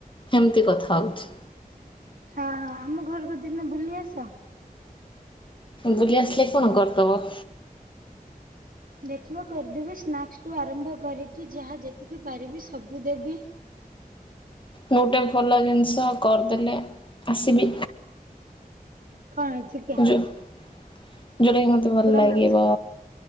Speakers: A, on the left; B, on the right.
A: ଏମିତି କଥା ହଉଛି।
B: ହଁ ଆମ ଘରକୁ ଦିନେ ବୁଲି ଆସ।
A: ବୁଲି ଆସିଲେ କଣ କରିଦବ?
B: ଦେଖିବ କରିଦେବି ସ୍ନାକ୍ସ ଠୁ ଆରମ୍ଭ କରିକି ଯାହା ଯେତିକି ପାରିବି ସବୁ ଦେବି।
A: ଗୋଟେ ଭଲ ଜିନିଷ କରିଦେଲେ ଆସିବି।
B: କଣ ଚିକେନ
A: ଯ ଯୋଟା କି ମତେ
B: କୁକୁଡ଼ା
A: ଭଲ ଲାଗିବ।
B: ମାଂସ